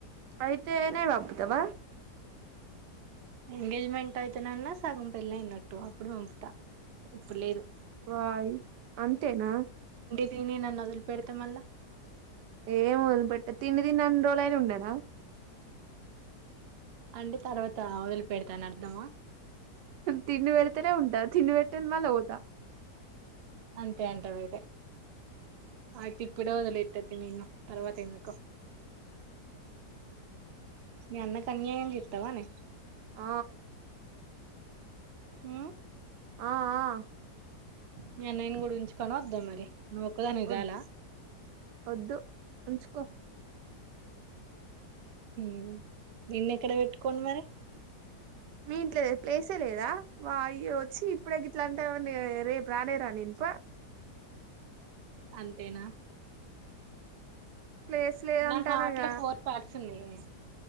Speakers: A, on the right (about 80°); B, on the right (about 70°).
A: అయితేనే పంపుతావా
B: ఎంగేజ్మెంట్ అయితేనన్న సగం పెళ్లి అయినట్టు అప్పుడు పంపుతా ఇప్పుడు లేదు
A: వాయ్ అంతేనా
B: తి నన్న వొదలి పెడితే మళ్ళ
A: ఏం వదిలిపెట్ట తిండి తిన్నన్ని రోజులైనా ఉండనా
B: అంటే తర్వాత వదిలిపెడతని అర్ధమా
A: తింది వేడితె నె ఉంటా తిండి వెట్టంది మల్ల పోత
B: అంతే అంటావ్ అయితే ఆయితే ఇప్పుడే వదిలత్త తియి నిన్ను తర్వాత ఎందుకో మీ అన్నకి అన్యాయం జెత్తవానే
A: ఆ
B: ఉమ్
A: ఆ ఆ
B: మీ అన్నయ్యని గుడ ఉంచుకొన వద్దా మరి నువు ఒక్కదానివే
A: వద్
B: చాల
A: వద్దు ఉంచుకో
B: హ్మ్ నిన్నెక్కడ పెట్టుకోను మరి
A: మీ ఇంట్లో ప్లేసే లేదా వాయ్యో చ్చి ఇప్పుడే గిట్లా అంటాన్నవు రేపు రానేరాను నేను పో
B: అంతేనా
A: ప్లేస్ లేదంటాన్నవు
B: నా హార్ట్
A: గ
B: లో ఫోర్ పార్ట్స్ ఉన్నాయే